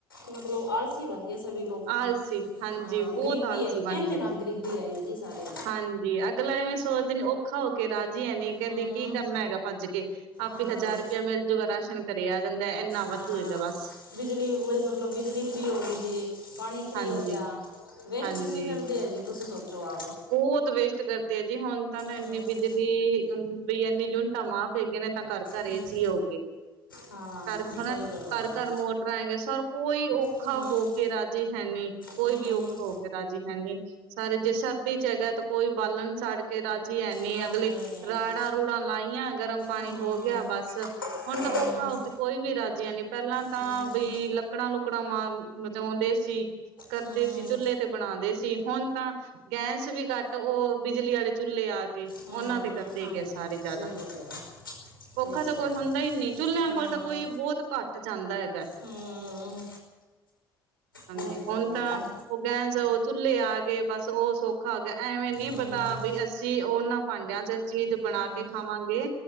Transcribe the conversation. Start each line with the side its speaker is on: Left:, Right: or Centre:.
Left: ਮਤਲਬ ਆਲਸੀ ਬਣ ਗਏ ਸਭੀ ਲੋਕ
Right: ਆਲਸੀ ਹਾਂਜੀ
Left: ਹਾਂ
Right: ਬਹੁਤ
Left: ਗਰੀਬੀ
Right: ਆਲਸੀ
Left: ਆਈ
Right: ਬਣ
Left: ਇਹਨੇ
Right: ਗਏ
Left: ਨਾਲ
Right: ਜੀ।
Left: ਗਰੀਬੀ ਆਈ ਹੈ ਜੀ ਸਾਰੇ
Right: ਹਾਂਜੀ ਅਗਲਾ ਏਵੇੈਂ ਸੋਚਦੇ ਔਖਾ ਹੋ ਕੇ ਰਾਜੀ ਐਨੀੀ ਕਹਿੰਦੀ
Left: ਹੂੰ
Right: ਕਿ ਕਰਨਾ ਹੈਗਾ ਭੱਜ ਕੇ ਆਪੇ
Left: ਹਾਂ
Right: ਹਜ਼ਾਰ ਰੁਪਇਆ ਮਿਲਜੂਗਾ ਰਾਸ਼ਨ ਘਰੇ ਆ ਜਾਂਦਾ ਇੰਨਾ
Left: ਹਾਂ
Right: ਵਾਧੂ ਹੈਗਾ ਬਸ
Left: ਬਿਜਲੀ ਮਤ--ਲਬ ਬਿਜਲੀ ਫ੍ਰਰੀ ਹੋ ਗਈ ਜੀ ਪਾਣੀ ਫ੍ਰੀ
Right: ਹਾਂਜੀ।
Left: ਹੋ ਗਿਆ ਵੇਸਟ
Right: ਹਾਂਜੀ
Left: ਕਿੰਨੀ ਕਰਦੇ ਆ ਜੀ ਤੁਸੀਂ ਸੋਚੋ ਆਪ।
Right: ਬਹੁਤ ਵੇਸਟ ਕਰਦੇ ਆ ਜੀ ਹੁਣ ਤਾਂ
Left: ਹੂੰ
Right: ਇਨੀ ਬਿਜਲੀ ਬਈ ਇਨੇ ਯੂਨਿਟਾਂ ਮਾਫ਼ ਹੈਗੇ ਨੇ ਤਾਂ ਘਰ ਘਰੇ
Left: ਹੂੰ
Right: ਏਸੀਂ ਹੋਗੇ।
Left: ਹਾਂ
Right: ਘਰ ਹੈਨਾ
Left: ਸਹੀ ਗੱਲ ਹੈ
Right: ਘਰ
Left: ਜੀ
Right: -ਘਰ ਮੋਟਰਾਂ ਹੈਗੀਆਂ ਸਰ ਕੋਈ ਔਖਾ
Left: ਹੂੰ
Right: ਹੋ ਕੇ ਰਾਜੀੇ ਹੈਨੀ। ਕੋਈ
Left: ਹੂੰ
Right: ਵੀ ਔਖਾ ਹੋ ਗਿਆ ਰਾਜੀ ਹੈਨੀ, ਸਾਰੇ ਜੇ ਸਰਦੀ ਚ ਹੈਗਾ ਤਾਂ ਕੋਈ ਬਾਲਣ ਸਾੜ ਕੇ ਰਾਜੀ ਐਨੀੇ
Left: ਨਾ
Right: ਅਗਲੇ
Left: ਨਹੀਂ ਨਹੀਂ
Right: ਰਾੜਾਂ ਰੂੜਾਂ ਲਾਈਆਂ ਗਰਮ ਪਾਣੀ
Left: ਹੂੰ
Right: ਹੋ ਗਿਆ ਬਸ ਹੁਣ
Left: ਹਮ,
Right: ਤਾਂ ਔਖਾ ਹੋ ਕੇ ਕੋਈ ਵੀ ਰਾਜੀ ਨੀ ਪਹਿਲਾਂ ਤਾਂ
Left: ਹਮ,
Right: ਬਈ ਲੱਕੜਾਂ ਲੁੱਕੜਾਂ ਮਾਰ ਮਚਾਉਂਦੇ ਸੀ। ਕਰਦੇ
Left: ਹਮ,
Right: ਸੀ ਚੁੱਲ੍ਹੇ ਤੇ ਬਣਾਉਂਦੇ ਸੀ ਹੁਣ ਤਾਂ ਗੈਸ ਵੀ ਘੱਟ ਉਹ ਬਿਜਲੀ ਵਾਲੇ ਚੁੱਲੇ ਆ ਕੇ
Left: ਹਾਂ
Right: ਉਹਨਾਂ ਤੇ ਕਰਦੇ
Left: ਹਾਂਜੀ
Right: ਹੈਗੇ ਸਾਰੇ ਜ਼ਿਆਦਾ।
Left: ਸਹੀ ਗੱਲ ਹੈ ਜੀ ਸਹੀ
Right: ਔਖਾ
Left: ਗੱਲ
Right: ਤਾਂ ਕੋਈ
Left: ਹੈ
Right: ਹੁੰਦਾ ਹੀ, ਨਹੀਂ ਚੁਲਲਿਆਂ
Left: ਹੂੰ
Right: ਕੋਲ ਤਾਂ ਕੋਈ ਬਹੁਤ ਘੱਟ ਜਾਂਦਾ ਹੈਗਾ।
Left: ਹੂੰ।
Right: ਹਾਂਜੀ,
Left: ਬਹੁਤ
Right: ਹੁਣ
Left: ਹੋ ਗਿਆ
Right: ਤਾਂ
Left: ਜੀ
Right: ਉਹ ਗਹਿਸ ਉਹ ਚੁੱਲ੍ਹੇ ਆ ਗਏ, ਬਸ ਉਹ ਸੌਖਾ ਹੋ ਗਿਆ ਐਵੇਂ ਨੀ
Left: ਹੂੰ
Right: ਪਤਾ ਬਈ ਸੀ ਓਨਾਂ ਪਾਂਡਿਆਂ ਚ ਚੀਜ਼ ਬਣਾ
Left: ਹੂੰ
Right: ਕੇ ਖਾਵਾਂਗੇ,